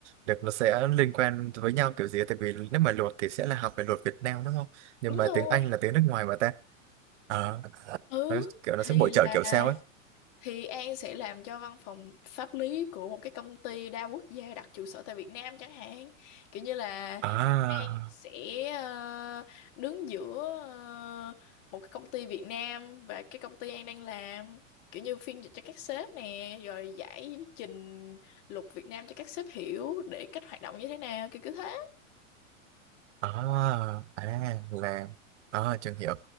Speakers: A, on the right; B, on the left.
A: được nó sẽ liên quan với nhau kiểu gì tại vì nếu mà luật thì sẽ là học về luật Việt Nam đúng không? Nhưng
B: đúng
A: mà
B: rồi
A: tiếng Anh là tiếng nước ngoài mà ta. Ờ,
B: ừ
A: nó, kiểu nó
B: thì
A: sẽ bổ
B: là
A: trợ kiểu sao ấy.
B: thì An sẽ làm cho văn phòng pháp lý của một cái công ty đa quốc gia đặt trụ sở tại Việt Nam chẳng hạn kiểu như là
A: À,
B: An sẽ ờ, đứng giữa ờ, một cái công ty Việt Nam và cái công ty An đang làm kiểu như phiên dịch cho các sếp nè rồi giải trình luật Việt Nam cho các sếp hiểu để cách hoạt động như thế nào kiểu kiểu thế
A: à, à là à trường hiểu.